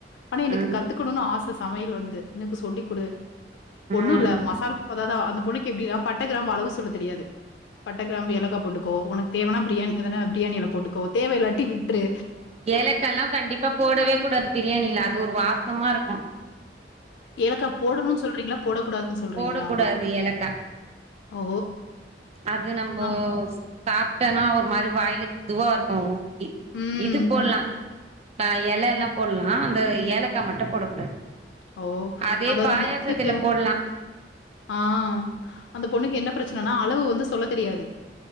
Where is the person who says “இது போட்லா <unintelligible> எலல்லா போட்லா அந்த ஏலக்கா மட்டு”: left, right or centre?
Right